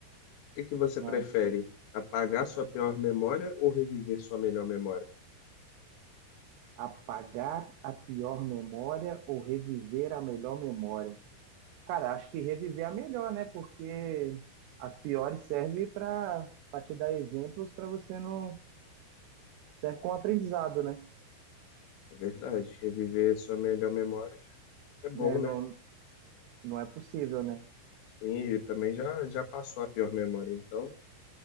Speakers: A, on the left; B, on the right.
A: O que que você
B: Mano,
A: prefere? Apagar sua pior memória ou reviver sua melhor memória?
B: apagar a pior memória ou reviver a melhor memória? Cara, acho que reviver a melhor, né? Porque as piores servem para te dar exemplos para você não. Serve como aprendizado, né?
A: É verdade, reviver sua melhor memória é bom,
B: né, não,
A: né?
B: Não é possível, né?
A: Sim, e também já, já passou a pior memória, então,